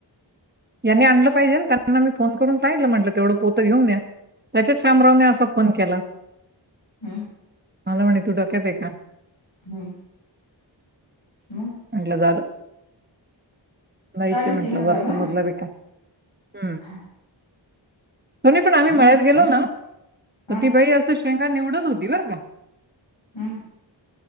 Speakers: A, on the right (about 20°); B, on the left (about 70°).
A: यांनी आणलं पाहिजे ना त्यांना मी फोन करून सांगितलं म्हटलं तेवढं पोत घेऊन या त्याच्यात श्यामरावने असा फोन केला
B: हम्म
A: मला म्हणे तू डक्यात आहे का
B: हम्म मग
A: म्हटलं झालं माहिती
B: साडेतीन
A: म्हंटलं
B: हजार
A: वर चा
B: ना
A: मजला रिका हम्म
B: हा
A: होनी पण आम्ही मळ्यात गेलो ना
B: हा.
A: तर ती बाई असं शेंगा निवडत होती बरं का
B: हम्म